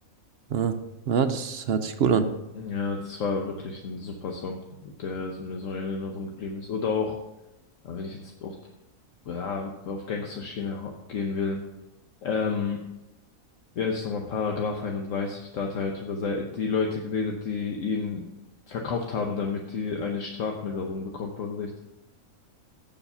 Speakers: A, on the right; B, on the left.
A: Ah, ja, das hört sich cool an.
B: Ja, das war wirklich ein super Song, der so- mir so in Erinnerung geblieben ist. Oder auch, äh, wenn ich jetzt auf, ja, auf Gangsterschiene hau- gehen will, ähm, ja, ist nochmal Paragraph einunddreißig da hat er halt über sei- die Leute geredet, die ihn verkauft haben, damit die eine Strafmilderung bekommen vom Gericht.